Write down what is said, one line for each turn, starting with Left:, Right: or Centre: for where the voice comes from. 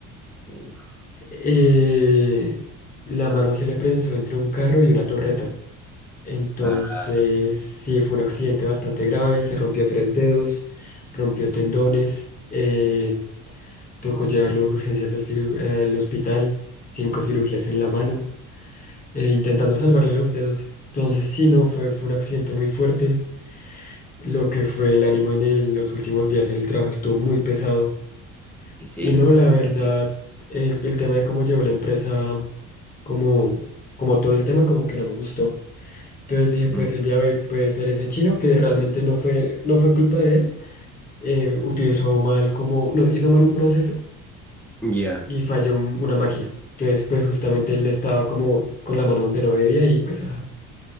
Centre: uf.
Left: eh, la mano se le prensó entre un carro y una torreta. Entonces,
Centre: Ah,
Left: sí, fue un accidente bastante grave, se rompió tres dedos, rompió tendones, eh, tocó llevarlo de urgencias al, ciru- al hospital, cinco cirugías en la mano, eh, intentando salvarle los dedos. Entonces, sí, no, fue, fue un accidente muy fuerte. Lo que fue el ánimo en el- los últimos días en el trabajo estuvo muy pesado.
Centre: y sí,
Left: Y no,
Centre: me imagino
Left: la verdad,
Centre: que sí.
Left: eh, el tema de cómo llevó la empresa, mm, como, como todo el tema, como que no me gustó. Entonces dije, pues
Centre: Mm,
Left: el día de hoy puede ser ese chino que realmente no fue, no fue culpa de él. eh, utilizó mal como, no, hizo mal un proceso
Centre: Ya.
Left: y falló un- una máquina. Entonces, pues justamente él estaba como con la mano donde no debía y pues, ajá,